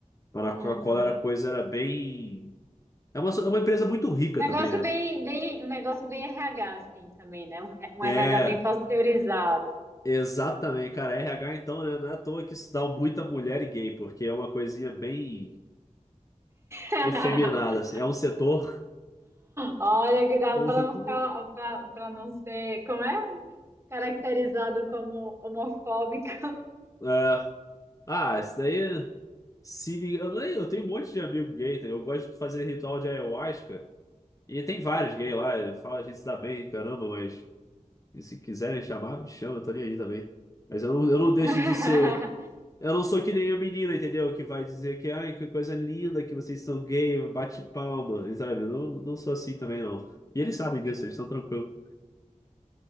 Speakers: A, on the left; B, on the right.
A: Mas na
B: uhum.
A: Coca-Cola era coisa, era bem. É uma, so- é uma empresa muito rica
B: Um Negócio
A: também, né?
B: bem bem um negócio bem RH, assim, também, né, um re um
A: É,
B: RH bem pasteurizado.
A: exatamente, cara. RH então, né? Não é à toa que isso dá muita mulher e gay, porque é uma coisinha bem
B: <laughs>
A: efeminada, assim. É um setor. <laughs>
B: Olha, cuidado
A: É um
B: para
A: setor-
B: não ficar para pra não ser como é? Caracterizado como homofóbico.
A: <laughs> É, Ah, isso daí é- se eu, eu tenho um monte de amigo gay, tá? eu gosto de fazer ritual de ayahuasca e tem vários gays lá, eu falo, a gente se dá bem, caramba, mas e se quiserem chamar, me chama, eu tô nem aí também. Mas eu não, eu não
B: <laughs>
A: deixo de ser, eu não sou que nem a menina, entendeu? Que vai dizer que, ai, que coisa linda que vocês são gay, bate palma, e sabe? Eu não, não sou assim também, não. E eles sabem disso, eles estão tranquilos.